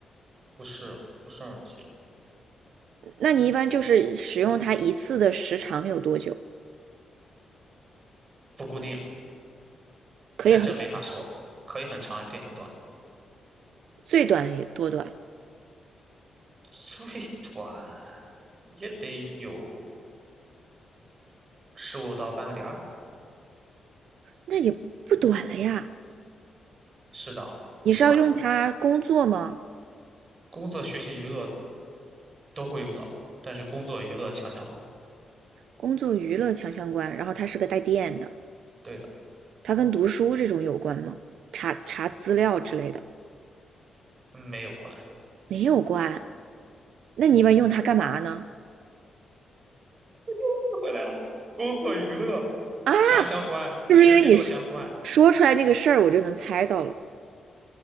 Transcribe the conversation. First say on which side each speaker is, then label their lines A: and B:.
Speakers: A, on the right; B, on the right.
A: 不是不是耳机，
B: 那你一般就是使用它一次的时长有多久？
A: 不固定，
B: 可以很短，
A: 这这没法说，可以很长也可以很短，
B: 最短也多短？
A: 最短也得有十五到半个点儿，
B: 那也不短了呀。
A: 是的，
B: 你是要用它工作吗？
A: 不短。工作、学习、娱乐都会用到，但是工作娱乐强相关。
B: 工作娱乐强相关，然后它是个带电的，
A: 对的，
B: 它跟读书这种有关吗？查查资料之类的
A: 没有关。
B: 没有关。那你一般用它干嘛呢？
A: <laughs> 回来了，工作娱乐
B: 啊，
A: 强相关，
B: 是不是因为你说
A: 学习弱相关
B: 说出来那个事儿，我就能猜到了？